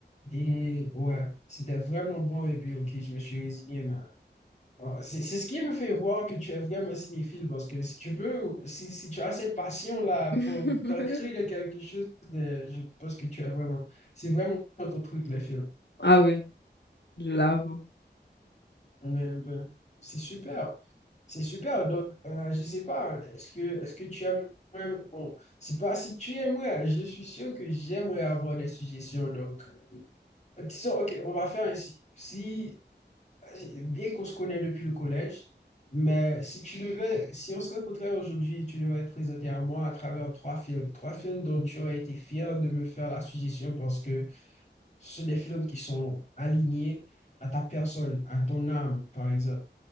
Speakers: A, on the left (about 40°); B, on the left (about 70°).
A: Et ouais, c'était vraiment bon. Et puis, ok, je me suis résigné. Mais... voilà. C'est c'est ce qui me fait voir que tu es vraiment cinéphile. Parce que si tu veux, si, si tu as cette passion-là
B: <laughs>
A: pour t'ancrer de quelque chose, de- je pense que tu es vraiment. C'est vraiment ton truc, les films.
B: Ah oui, je l'avoue.
A: Mais, ben, c'est super. C'est super. Donc, euh, je sais pas, est-ce que, est-ce que tu aimes. Bon, c'est pas si tu aimerais. Je suis sûr que j'aimerais avoir des suggestions. Donc, euh, disons, OK, on va faire ainsi. Si, bien qu'on se connaît depuis le collège, mais si tu devais, si on se rencontrait aujourd'hui, tu devrais te présenter à moi à travers trois films. Trois films dont tu aurais été fier de me faire la suggestion parce que ce sont des films qui sont alignés à ta personne, à ton âme, par exemple